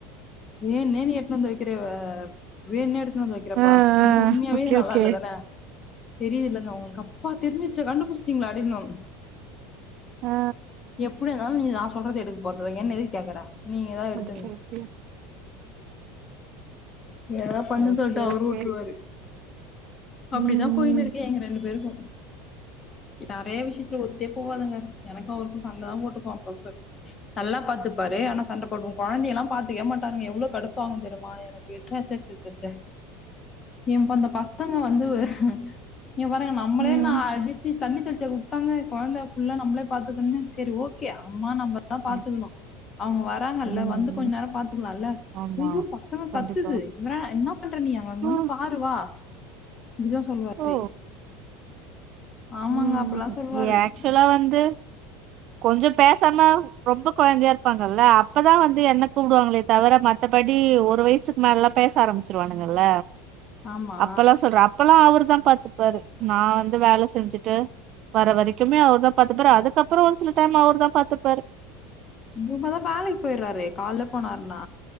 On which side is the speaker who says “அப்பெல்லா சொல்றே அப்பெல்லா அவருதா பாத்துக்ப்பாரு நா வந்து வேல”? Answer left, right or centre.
Right